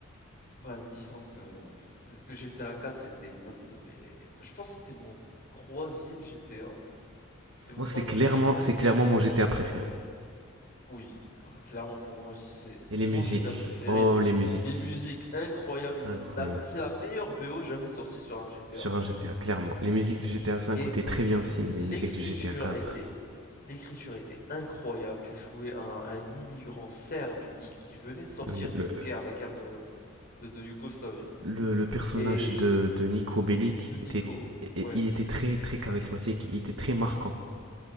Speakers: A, on the left; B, on the right.
A: ben, disons que que que GTA 4, c'était l'un de mes je pense que c'était mon 3e GTA. C'était mon
B: Moi,
A: 3e
B: c'est clairement,
A: GTA
B: c'est
A: et
B: clairement mon GTA préféré.
A: oui, ah, clairement pour moi aussi, c'est
B: Et les
A: mon
B: musiques,
A: GTA préféré
B: oh les musiques,
A: Des musiques incroyables, une-
B: incroyable.
A: la- c'est la meilleure BO jamais sortie sur un GTA.
B: Sur un GTA, clairement. Les musiques du GTA 5
A: Et
B: étaient très bien aussi, mais
A: l'écriture
B: les musiques du GTA 4.
A: était, l'écriture était incroyable. Tu jouais un, un immigrant serbe qui, qui venait de sortir
B: Oui,
A: d'une
B: le,
A: guerre, la guerre de, de, de Yougoslavie,
B: le, le personnage
A: et
B: de, de Nico Bellic
A: de Nico.
B: était, il
A: Ouais,
B: était très très charismatique, il était très marquant.